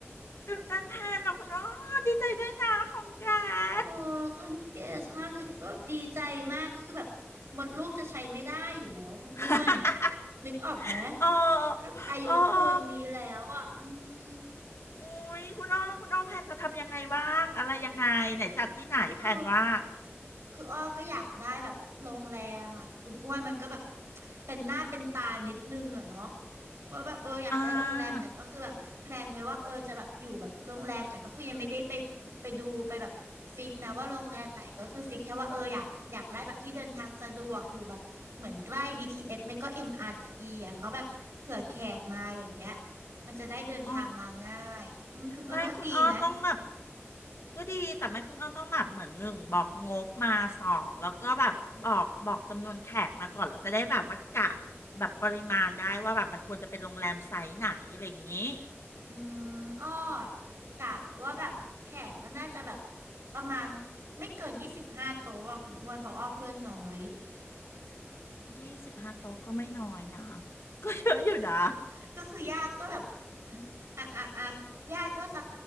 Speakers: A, on the left; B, on the right.
A: ตื่นตันแทนอ่ะคุณอ้อดีใจด้วยนะของแก
B: โอ้
A: ด
B: คันเกสมากคือฉันก็แบบดีใจมากก็คือแบบหมดลูกจะใช้ไม่ได้อยู่แล้วคุณอ้วน
A: <laughs>
B: นึกออกไหม
A: เออ
B: ก็อายุปูนนี้แล้วอ่ะอืม
A: เออเออโอ้ยคุณอ้อแล้วคุณอ้อแพนจะทำยังไงบ้างอะไรยังไงไหนจัดที่ไหนแพนว่า
B: ก็คือ คืออ้อก็อยากได้แบบโรงแรมอ่ะคุณอ้วนมันก็แบบเป็นหน้าเป็นตานิดนึงอ่ะเนาะว่าแบบเอออยากได้โรงแรมแต่ก็คือแบบแพลนไว้ว่าเออจะแบบอยู่แบบโรงแรมแต่ก็คือยังไม่ได้ไป
A: อ่า
B: ไปดูไปแบบฟิกนะว่าโรงแรมไหนก็คือฟิกแค่ว่าเอออยากอยากได้แบบที่เดินทางสะดวกอยู่แบบเหมือนใกล้ BTS ไม่ก็ MRT อมอาร์ทีอ่ะเพราะแบบเผื่อแขกมาอย่างเงี้ยมันจะได้เดินทางมาง่ายอืมคุณอ้วนว่าดีไหม
A: อ๋อ ไม่คุณอ้อต้องแบบก็ดีแต่ไม่คุณอ้อต้องแบบเหมือนหนึ่งบอกงบมาสองแล้วก็แบบบอกบอกจำนวนแขกมาก่อนเราจะได้แบบว่ากะแบบปริมาณได้ว่าแบบมันควรจะเป็นโรงแรมไซส์ไหนอะไรอย่างนี้
B: อืมอ้อกะว่าแบบแขกก็น่าจะแบบประมาณไม่เกินยี่สิบห้าโต๊ะอะคุณอ้วนเพราะอ้อเพื่อนน้อย
A: ยี่สิบห้าโต๊ะก็ไม่น้อยนะ <laughs> ก็เยอะอยู่นะ
B: <laughs> ก็คือญาติก็แบบ <laughs> อ่ะอ่ะอ่ะญาติก็สัก